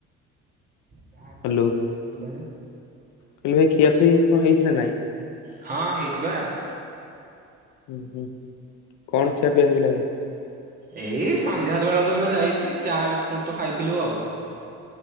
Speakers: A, on the right; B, on the left.
A: ଚା ବିସ୍କୁଟ
B: ହ୍ୟାଲୋ।
A: ଖାଇଥିଲି ସନ୍ଧ୍ୟାରେ।
B: କହିଲି ଖିଆ ପିଆ କଣ ହେଇଛି ନା ନାଇଁ?
A: ହଁ ହେଇଚି ବା।
B: ହୁଁ ହୁଁ କଣ ଖିଆ ପିଇଆ ହେଇଥିଲା ଭାଇ?
A: ଏଇ ସନ୍ଧ୍ୟା ତ ବେଳତ ଏଇନା ଯାଇଛି ଚାହା ବିସ୍କୁଟୁ ତ ଖାଇଥିଲୁ ଆଉ।